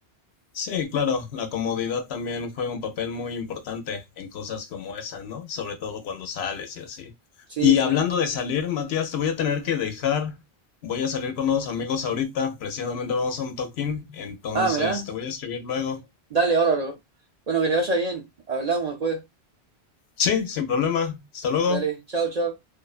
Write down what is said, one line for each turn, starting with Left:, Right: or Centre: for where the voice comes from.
Left: Sí, claro, la comodidad también juega un papel muy importante en cosas como esa, ¿no? Sobre todo cuando sales y así.
Right: Sí,
Left: Y
Right: sí.
Left: hablando de salir, Matías, te voy a tener que dejar. Voy a salir con unos amigos ahorita, precisamente vamos a un toquín, entonces
Right: Ah, mirá.
Left: te voy a escribir luego.
Right: Dale, bárbaro. Bueno, que le vaya bien. Hablamos después.
Left: Sí, sin problema. Hasta luego.
Right: Dale, chao, chao.